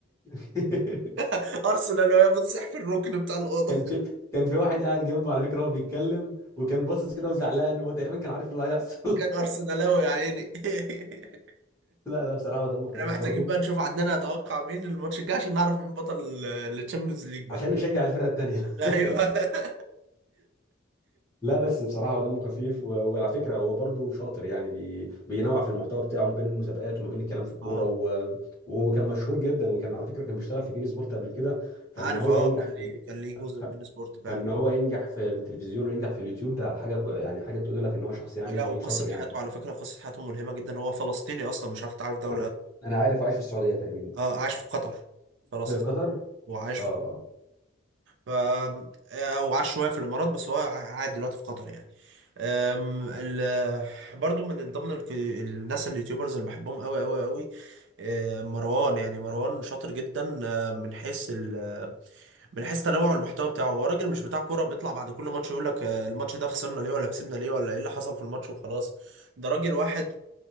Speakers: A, on the left; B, on the right.
A: <laughs>
B: <laughs> أرسنال وهي بتصح في الركن بتاع الأوضة
A: كان في كان في واحد قاعد جنبه على فكره هو بيتكلم وكان باصص كده وزعلان هو تقريبا كان عارف إيه اللي هيحصل
B: كان ارسنالاوي يا عيني <laughs>
A: <laughs> لا لا بصراحه هو دمه خفيف
B: احنا محتاجين
A: برضه
B: بقى نشوف عندنا اتوقع مين الماتش الجاي عشان نعرف مين بطل التشامبيونز ليج بقى
A: عشان نشجع الفرقه التانيه
B: ايوه
A: <laughs>
B: <laughs>
A: لا بس بصراحه هو دمه خفيف و- وعلى فكره هو برضه شاطر يعني بي... بينوع في المحتوى بتاعه ما بين المسابقات وما بين الكلام في الكوره
B: اه
A: و... وكان مشهور جدا وكان على فكره كان بيشتغل في بين سبورت قبل كده فان
B: عارف
A: هو
B: اه
A: ينجح
B: كان
A: في
B: ليه كان ليه جزء
A: ف...
B: من بين سبورت فعلا
A: فان هو ينجح في التلفزيون وينجح في اليوتيوب ده حاجه كو- يعني حاجه تقول لك ان هو شخص يعني
B: لا وقصه
A: شاطر يعني
B: حياته على فكره قصه حياته ملهمه جدا هو فلسطيني اصلا مش عارف تعرف ده
A: ما
B: ولا
A: انا
B: لا.
A: انا عارف عايش في السعوديه تقريبا
B: اه عاش في قطر فلسطين
A: في قطر
B: وعاش
A: اه
B: في
A: آه.
B: ف او عاش شويه في الامارات بس هو قاعد دلوقتي في قطر يعني أم، ال... <laughs> برضو من ضمن الك... الناس اليوتيوبرز اللي بحبهم قوي قوي قوي مروان يعني مروان شاطر جدا أه، من حيث ال... من حيث تنوع المحتوى بتاعه هو راجل مش بتاع كوره بيطلع بعد كل ماتش يقول لك أه، الماتش ده خسرنا ليه ولا كسبنا ليه ولا ايه اللي حصل في الماتش وخلاص ده راجل واحد